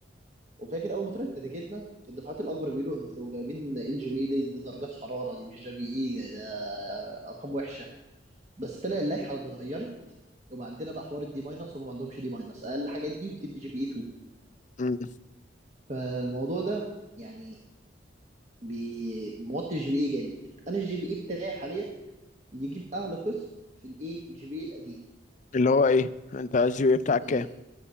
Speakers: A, on the right (about 40°); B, on the left (about 40°).
A: وفاكر اول ما طلعت نتيجتنا الدفعات الاكبر بيقولوا انتوا جايبين ال جي بي اي دي, دي درجات حراره دي مش جي بي اي ده, ده ارقام وحشه بس طلع اللائحه اتغيرت وبقى عندنا بقى حوار الدي ماينس وما عندهمش دي ماينس اقل حاجه دي بتدي جي بي اي 2
B: مم.
A: فالموضوع ده يعني بي... موطي الجي بي اي جامد انا الجي بي اي بتاعي حاليا يجيب اعلى قسم في الايه الجي بي اي القديم
B: اللي هو ايه انت الجي بي اي بتاعك
A: إيه،
B: كام